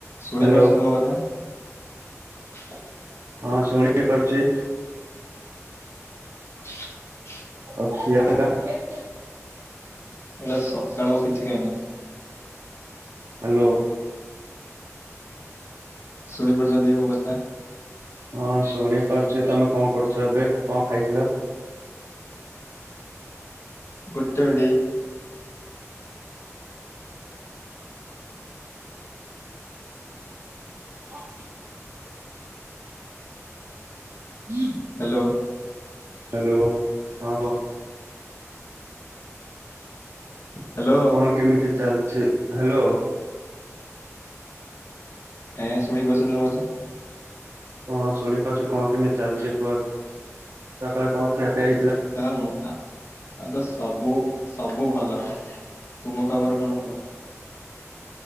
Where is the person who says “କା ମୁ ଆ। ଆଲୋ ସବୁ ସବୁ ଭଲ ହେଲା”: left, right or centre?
Left